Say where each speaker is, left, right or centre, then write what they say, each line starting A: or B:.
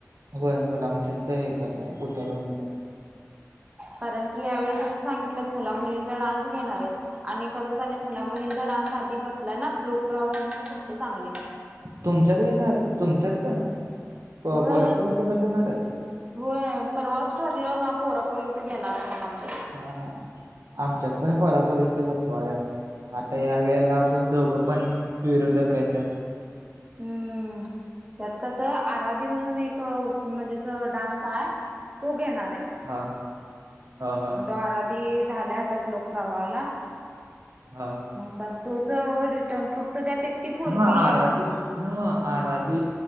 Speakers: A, on the right (about 75°); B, on the right (about 25°).
A: होय मुला मुलींचं हे करय उतरवणार आहे.
B: कारण, की यावेळी कसं, सांगितलंत मुला मुलींचा डान्स घेणार आहेत. आणि कसं झालं, मुला मुलींचा डान्स आधी, बसलाय ना ग्रूप म्हणूनच होतं चांगलीत.
A: तुमच्यात येणार तुमच्यात प
B: होय
A: पो्रापुरिनच बसवीणार हायत.
B: होय! परवास ठरलं ना पोरापोरींच घेणार आहे. म्हणून आमच्या.
A: हा हा!. आमच्यात पण परापुरींच्या बसवाळल्यात. आता ह्या वेळेला आपण दोघं पण विरोधक येतय.
B: हम्म त्यात कसं आहे, आराध म्हणून एक म्हणजे असं डान्स हाय, आहे तो, घेणार आहे.
A: हा! हा हा
B: मग तो! आराधी झालाय आता, लोक प्रवाहाला.
A: हा!
B: आता तोच रिटर्न फक्त त्यात! पोरगी
A: हा आराधी!
B: एक
A: नव! आराधे